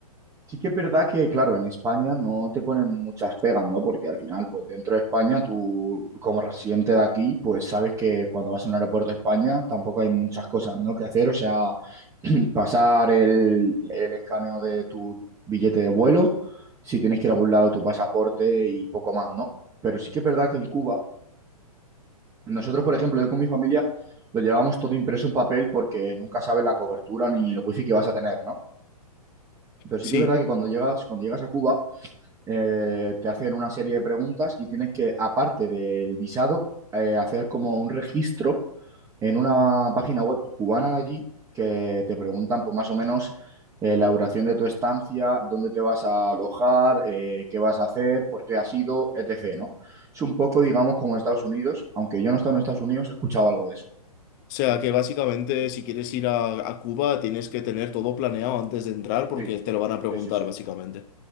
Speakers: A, on the right (about 15°); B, on the left (about 30°).
A: Sí que es verdad que, claro, en España no te ponen muchas pegas, ¿no? Porque al final, pues dentro de España, tú como residente de aquí, pues sabes que cuando vas a un aeropuerto de España tampoco hay muchas cosas, ¿no? que hacer. O sea, <clears throat> pasar el, el escaneo de tu billete de vuelo, si tienes que ir a algún lado, tu pasaporte y poco más, ¿no? Pero sí que es verdad que en Cuba, nosotros, por ejemplo, yo con mi familia, lo llevamos todo impreso en papel porque nunca sabes la cobertura ni el wifi que vas a tener, ¿no? Pero sí
B: Sí,
A: que es verdad que cuando llegas, cuando llegas a Cuba eh, te hacen una serie de preguntas y tienes que, aparte del visado, eh, hacer como un registro en una página web cubana de allí que te preguntan pues, más o menos eh, la duración de tu estancia, dónde te vas a alojar, eh, qué vas a hacer, por qué has ido, etc., ¿no? Es un poco, digamos, como Estados Unidos, aunque yo no he estado en Estados Unidos, he escuchado algo de eso,
B: O sea que básicamente si quieres ir a, a Cuba tienes que tener todo planeado antes de entrar porque
A: Sí,
B: te lo van a preguntar
A: sí, sí, sí.
B: básicamente.